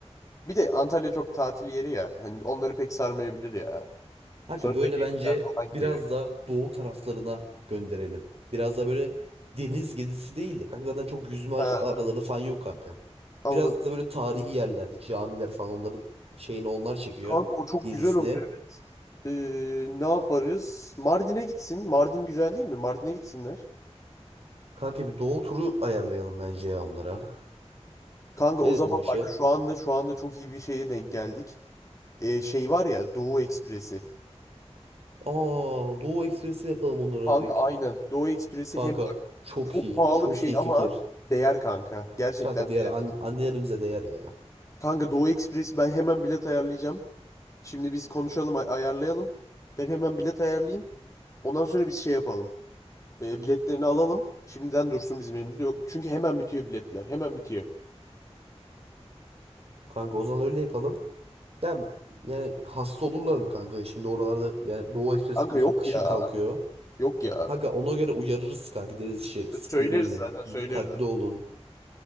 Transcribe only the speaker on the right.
Kanka
böyle
bence
biraz da doğu taraflarına gönderelim. Biraz da böyle deniz gezisi değil de kanka zaten çok yüzme ac-
araları falan yok kanka.
Biraz da böyle tarihi yerler, camiler falan onların şeyini onlar çekiyor
ilgisini.
Kanka bir doğu turu ayarlayalım bence ya onlara.
Ne
dedin
o işe?
Aa Doğu Ekspresi yapalım onlara
direkt.
Kanka
çok
iyi,
çok
iyi
fikir.
Kanka diğer
an- annelerimize değer ya.
Kanka o zaman öyle yapalım. Ya yani hasta olurlar mı kanka? Şimdi oralarda yani Doğu Ekspresi
yapıyorsun
kışın
kalkıyor.
Kanka ona göre uyarırız kanka. Deriz işte sıkı
giyinin,
dikkatli olun.